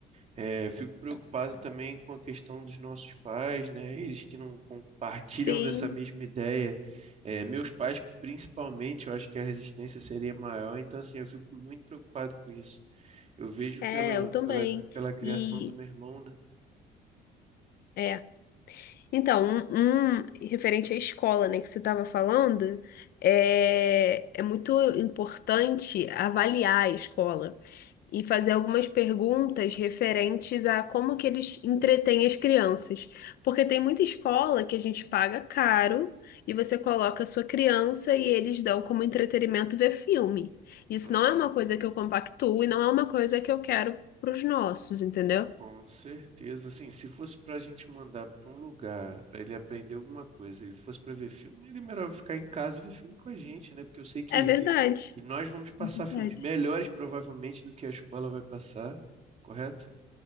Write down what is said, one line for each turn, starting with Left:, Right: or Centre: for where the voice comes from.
Right: É, fico preocupado também com a questão dos nossos pais, né? Eles que não compartilham
Left: Sim,
Right: dessa mesma ideia. É, meus pais, principalmente, eu acho que a resistência seria maior. Então, assim, eu fico muito preocupado com isso. Eu vejo
Left: é,
Right: pelo,
Left: eu também.
Right: pela, pela criação
Left: E.
Right: do meu irmão, né?
Left: é, Então, um, um referente à escola, né, que você estava falando, é, é muito importante avaliar a escola e fazer algumas perguntas referentes a como que eles entretêm as crianças. Porque tem muita escola que a gente paga caro e você coloca a sua criança e eles dão como entretenimento ver filme. Isso
Right: Hum.
Left: não é uma coisa que eu compactuo e não é uma coisa que eu quero para os nossos, entendeu?
Right: Com certeza, assim, se fosse pra gente mandar pra um lugar, pra ele aprender alguma coisa, e fosse pra ver filme, ele melhor ficar em casa e ver filme com a gente, né? Porque eu sei que
Left: É verdade.
Right: nós vamos passar
Left: Verdade.
Right: filmes melhores, provavelmente, do que a escola vai passar, correto?